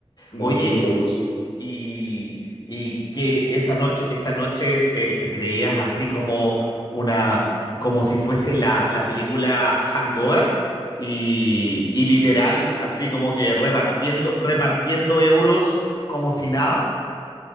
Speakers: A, on the left; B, on the left.
A: me
B: Oye,
A: gasté mil euros.
B: Y, y que esa noche, esa noche te, te creías así como una, como si fuese la, la película Hangover y, y literal, así como que repartiendo, repartiendo euros como si nada.